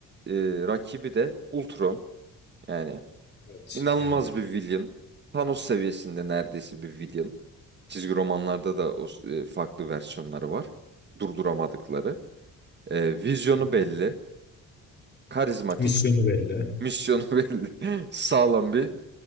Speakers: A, on the right (about 35°); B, on the left (about 35°).
A: e, rakibi de Ultron yani
B: Evet
A: inanılmaz
B: yani.
A: bir villain. Thanos seviyesinde neredeyse bir villain. Çizgi romanlarda da o, s- e, farklı versiyonları var. Durduramadıkları. E, vizyonu
B: Hı hı.
A: belli. Karizmatik.
B: Misyonu belli. Yani
A: Misyonu <laughs> belli. Sağlam bir.